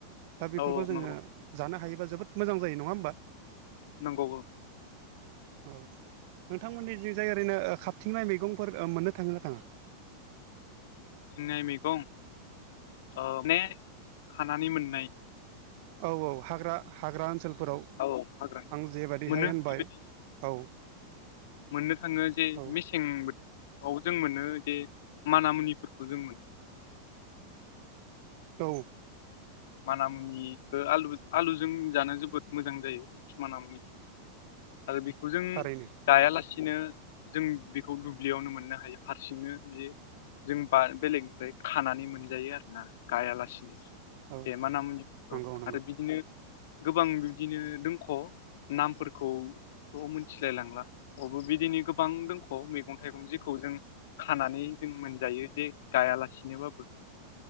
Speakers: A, on the right; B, on the left.
A: दा बेफोरखौ
B: औ
A: जोङो
B: नंगौ
A: जानो हायोबा जोबोद मोजां जायो नङा होमबा।
B: नंगौ
A: उम नोंथांमोननि जि जाय ओरैनो खााबथिंनाय मैगंफोर मोननो थाङो ना थाङा
B: सिंनाय मैगं औ माने खानानै मोननाय
A: औ औ हाग्रा हाग्रा ओनसोलफोराव आं
B: औ हाग्रा
A: जेबादिहाय
B: मोनो
A: होनबाय
B: बेबायदि
A: औ
B: मोननो थाङो जे
A: औ
B: मेसेंबोथोर औ जों मोनो बजे मान मुनिफोरखौ जों मोनो
A: औ
B: मानामुनिखौ आलु आलुजों जानो जोबोद मोजां जायो मानामुनि आरो बेखौ जों
A: थारैनो
B: गायालासिनो जों बेखौ दुब्लियावनो मोननो हायो हारसिंनो बे जों बा बेलेगनिफ्राय खानानै मोनजायो आरो ना गायालासिनो
A: औ
B: ए मानामुनिफोरखौ
A: नंगौ नंगौ
B: आरो बिदिनो गोबां बिदिनो दोंख' नामफोरखौथ' मिथिलाय लांला बबो बिदिनो गोबां दों खौ मैगं थाइगं जिखौ जों खानानै जों मोनजायो जे गायालासिनोबाबो